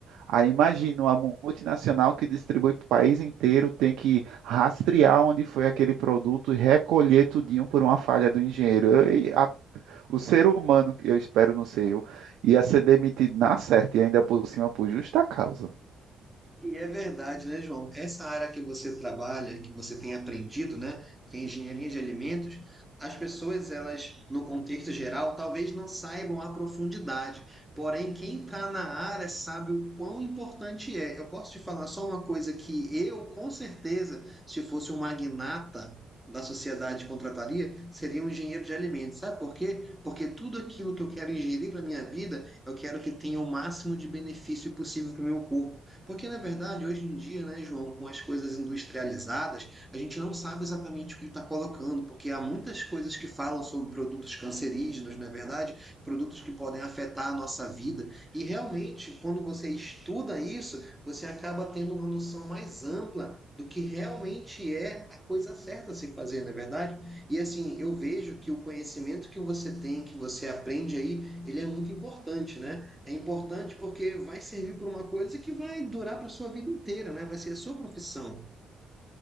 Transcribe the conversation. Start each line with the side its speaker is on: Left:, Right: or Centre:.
Right: Aí imagina uma multinacional que distribui para o país inteiro tem que rastrear onde foi aquele produto e recolher tudinho por uma falha do engenheiro. Eu- e a- o ser humano, que eu espero não ser eu, ia ser demitido na certa e ainda por cima por justa causa.
Centre: E é verdade, né, João? Essa área que você trabalha, que você tem aprendido, né, que é engenharia de alimentos, as pessoas, elas, no contexto geral, talvez não saibam a profundidade. Porém, quem está na área sabe o quão importante é. Eu posso te falar só uma coisa que eu, com certeza, se fosse um magnata da sociedade contrataria, seria um engenheiro de alimentos. Sabe por quê? Porque tudo aquilo que eu quero ingerir para minha vida, eu quero que tenha o máximo de benefício possível para o meu corpo. Porque, na verdade, hoje em dia, né, João, com as coisas industrializadas, a gente não sabe exatamente o que está colocando, porque há muitas coisas que falam sobre produtos cancerígenos, na verdade, produtos que podem afetar a nossa vida. E realmente, quando você estuda isso, você acaba tendo uma noção mais ampla do que realmente é a coisa certa a se fazer, na é verdade? E assim, eu vejo que o conhecimento que você tem, que você aprende aí, ele é muito importante, né? É importante porque vai servir para uma coisa que vai durar para a sua vida inteira, né? Vai ser a sua profissão.